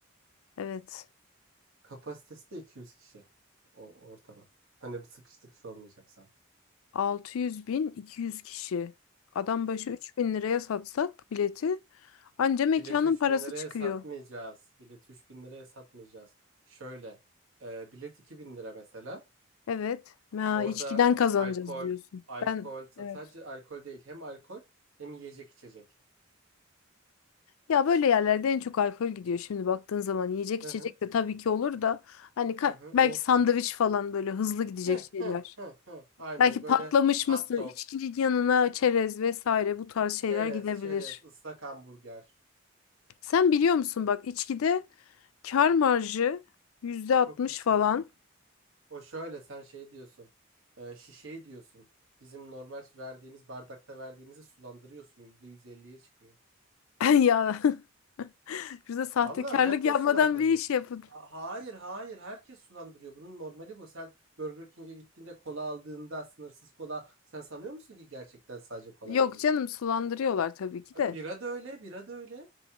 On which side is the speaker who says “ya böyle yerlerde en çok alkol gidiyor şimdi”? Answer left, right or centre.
Left